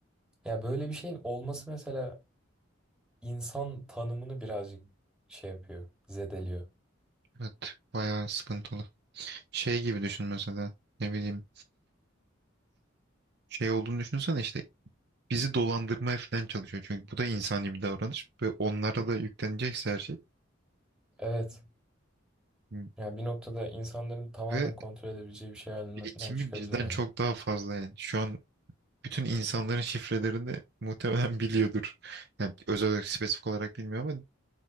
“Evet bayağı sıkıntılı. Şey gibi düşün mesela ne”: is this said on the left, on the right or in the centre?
Right